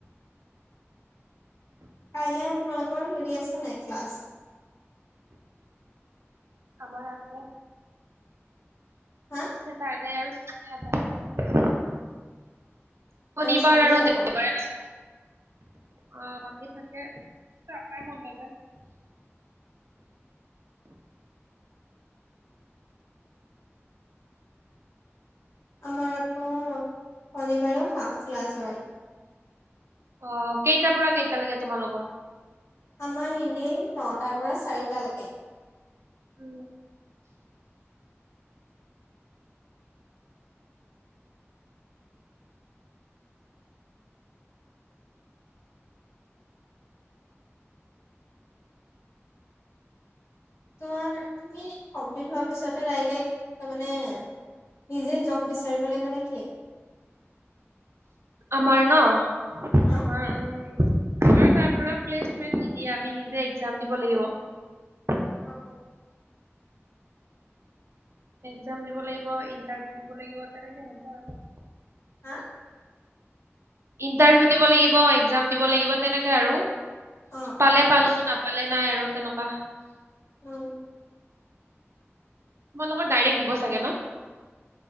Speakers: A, on the left; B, on the right.
A: কাইলৈ তোমালোকৰ আছে নাই ক্লাছ?
B: আমাৰ আছে।
A: হা
B: স তাৰে আৰু। স তাকে। শনিবাৰ
A: চানডে
B: আৰু
A: অকল
B: দেওবাৰে? অ বাকী থাকে। যাবই মন নাযায়?
A: আমাৰ আকৌ শনিবাৰে হাফ ক্লাছ হয়।
B: অ কেইটাৰ পৰা কেইটা লাগে তোমালোকৰ?
A: আমাৰ ইনেই নটাৰ পৰা চাৰিটালৈকে?
B: উম
A: তোমাৰ তুমি কমপ্লিট হোৱাৰ পিছতে ডাইৰেক্ তাৰ মানে নিজে জব বিচাৰিবলৈ মানে কি।
B: আমাৰ ন।
A: হা
B: আমাৰ উ। আমাৰো তাৰপৰা প্লেচমেন নিদিয়ে, আমি নিজেই একজাম দিব লাগিব।
A: অ
B: একজাম দিব লাগিব ইণ্টাৰভিউ দিব লাগিব তেনেকে হ'ব আৰু।
A: হা
B: ইন্টাৰভিউ দিব লাগিব একজাম দিব লাগিব তেনেকে আৰু।
A: অ
B: পালে
A: অ
B: পালো নাপালে। নাই আৰু তেনেকুৱা?
A: উম
B: তোমালোকৰ ডাইৰেক্ট দিব চাগে ন?